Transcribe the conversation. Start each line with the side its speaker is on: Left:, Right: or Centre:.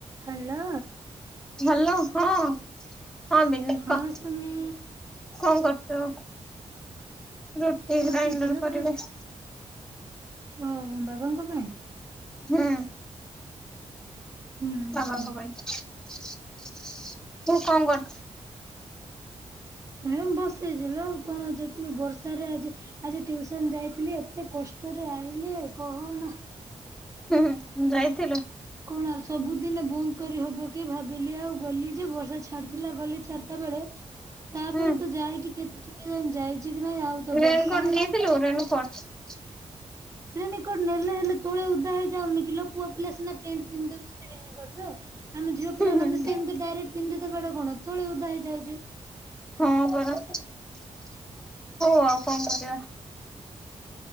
Right: ହ୍ୟାଲୋ
Centre: ଭଲ ହଁ। ହଁ ମିଲି
Right: ହଁ
Centre: କ
Right: ସୁମି
Centre: କଣ କରୁଛୁ? ରୁଟି
Right: ବସିଚିଲୋ
Centre: ଗ୍ରାଇଣ୍ଡର କରିବି।
Right: ଓ ବାବାଙ୍କ ପାଇଁ?
Centre: ହୁଁ
Right: ହୁଁ
Centre: ବାବା
Right: ହୁଁ।
Centre: ଙ୍କ ପାଇଁ। ତୁ କଣ କରୁଚୁ?
Right: ଏ ବସିଚି ଲୋ ଆଉ କଣ ଯେ ବର୍ଷ ରେ ଆଜି ଆଜି ଟ୍ୟୁଉସନ ଯାଇଥିଲି ଏତେ କଷ୍ଟରେ ଆଇଲି କହନା।
Centre: ହୁଁ ହୁଁ ଯାଇଥିଲୁ।
Right: କଣ ସବୁଦିନେ ବନ୍ଦ କରି ହବ କି ଭାବିଲି ଆଉ ଗଲି ଯେ ବର୍ଷା ଛାଡିଥିଲା ଗଲି ଚାରିଟା ବେଳେ ତାପରେ
Centre: ହୁଁ
Right: ତ ଯାଇକି କେତେ ଟିକେ ଯାଇ ଯାଇଛି କି ନାଇଁ ଆଉ ତ
Centre: ରେନକୋଟ
Right: ବର୍ଷା ହେଲା।
Centre: <unintelligible>
Right: ରେନିକୋଟ ନେଲେ ହେଲେ ତୋଳେ ଓଦା ହେଇଯାଉନି କିିଲୋ ପୁଅ ପିଲା ସିନା ପେଣ୍ଟ ପିନ୍ଧି ଦେଉଛନ୍ତି। ଆମ ଝିଅ
Centre: ହୁଁ
Right: ପିଲା
Centre: ହୁଁ
Right: ମାନେ ସେମିତି ଡାଇରେକ୍ଟ ପିନ୍ଧି ଦେବାଟା କଣ ତୋଳେ ଓଦା ହେଇଯାଉଛି।
Centre: ହଁ ପରା ହଉ ଆଉ କଣ କରିବା।